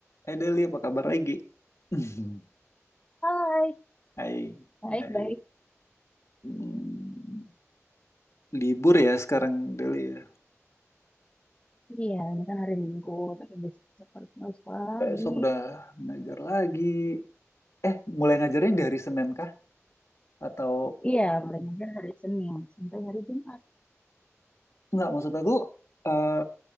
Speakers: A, on the left; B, on the left.
A: Hai Deli, apa kabar lagi? <laughs>
B: Hai,
A: Hai,
B: baik-baik.
A: hai. Hmm, libur ya sekarang Deli ya.
B: Iya, ini kan hari Minggu, tapi besok harus mulai sekolah lagi.
A: Besok udah ngajar lagi. Eh, mulai ngajarnya dari Senin kah? Atau
B: Iya, mulai ngajar hari Senin sampai hari Jumat.
A: enggak, maksud aku eh,